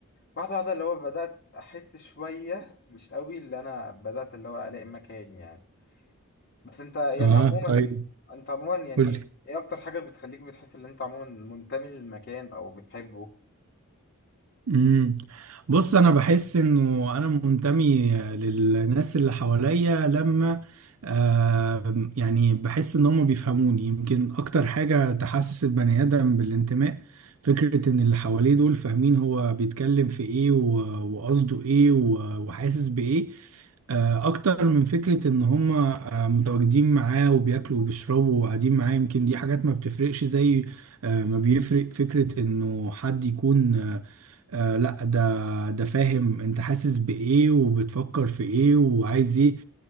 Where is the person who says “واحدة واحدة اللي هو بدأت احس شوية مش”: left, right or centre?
Left